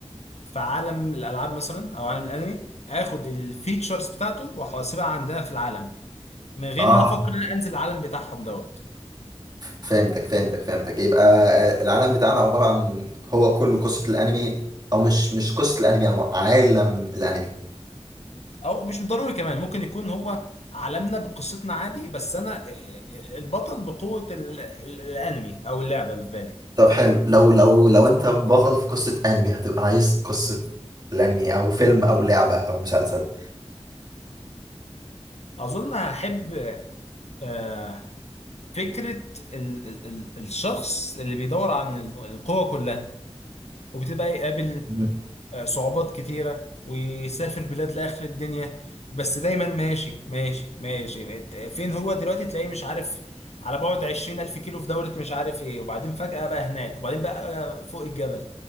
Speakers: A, on the left (about 80°); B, on the right (about 40°).
A: في عالم الألعاب مثلا أو عالم الأنمي آخد الفيتشرز بتاعته وأحاسبها عندنا في العالم من غير
B: اه
A: ما أفكر إن أنا أنزل العالم بتاعهم دوت
B: فهمتك فهمتك فهمتك يبقى آه، العالم بتاعنا عبارة عن هو كله قصة الأنمي أو مش مش قصة الأنمي أو عالم الأنمي
A: او مش ضروري كمان ممكن يكون هو عالمنا بقصتنا عادي بس انا آه، البطل بقوة ال- ال- الانمي او اللعبة اللي في بالي
B: طب حلو لو لو لو أنت بطل في قصة أنمي هتبقى عايز قصة الأنمي أو فيلم أو لعبة أو مسلسل
A: اظن هحب آه، فكرة ال ال ال الشخص اللي بيدور عن ال- القوة كلها وبتبقى يقابل
B: مم.
A: آه، صعوبات كتيرة ويسافر بلاد لآخر الدنيا بس دايما ماشي ماشي ماشي ات- فين هو دلوقتي تلاقيه مش عارف على بعد عشرين ألف كيلو في دولة مش عارف ايه وبعدين فجأة بقى هناك وبعدين بقى آه، فوق الجبل